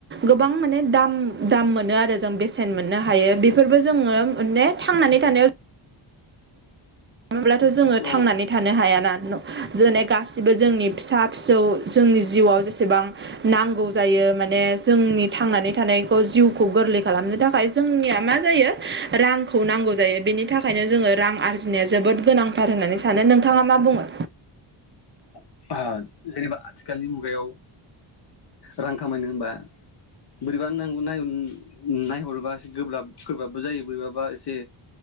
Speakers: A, on the right (about 25°); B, on the left (about 55°).
A: गोबां माने दाम दाम मोनो आरो जों बे मोननो हायो बेफोरबो जोङो माने थांनानै थानायाव थाब्लाथ' जोङो
B: उम
A: थांनानै थानो हायाना न- जेरै गासिबो जोंनि फिसा फिसौ जोंनि जिउआव जेसेबां नांगौ जायो माने जोंनि थांनानै थानायखौ जिउखौ गोरलै खालामो। नो थाखाय जोंनि मा जायो रांखौ नांगौ जायो बेनि थाखायनो जोङो रां आरजिनाय ज जोबोद गोनांथार होननानै सानो नोंथाङा मा बुङो।
B: ओ- जेनेबा आथिखालनि मुगायाव रां खामायनो होनबा बोरैबा नांगौनाय नायहरोबा एसे गोब्राब गोब्राबबो जायो बोरैबाबा एसे